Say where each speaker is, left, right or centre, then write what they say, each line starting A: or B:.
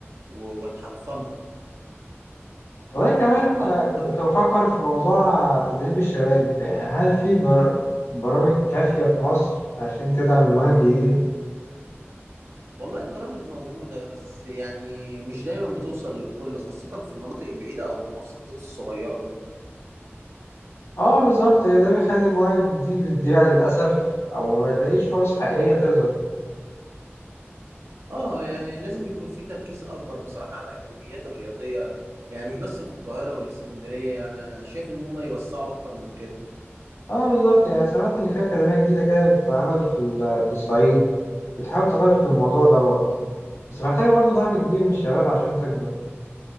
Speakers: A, on the right; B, on the left.
A: و- والحرفنة
B: والله كمان
A: انا كمان
B: آه،
A: كنت
B: كنت بفكر في موضوع تدريب الشباب يعني هل في بر... برامج كافية في مصر عشان تدعم المواهب الجديدة؟
A: والله البرامج موجودة بس يعني مش دايما بتوصل للكل خاصة في المناطق البعيدة او المحافظات الصغيرة
B: اه بالظبط ده بيخلي المواهب دي بتضيع للأسف أو ما تلاقيش فرص حقيقية تظهر
A: اه يعني لازم يكون في تركيز اكبر بصراحة على الاكاديميات الرياضية يعني مش بس في القاهرة والاسكندرية انا شايف ان هم يوسعوا اكتر من كده
B: اه بالظبط يعني سمعت ان في اكاديميه جديده كده بتتعمل في ال- في الصعيد بتحاول تغير في الموضوع دوت بس محتاجه برضه دعم كبير من الشباب عشان تكبر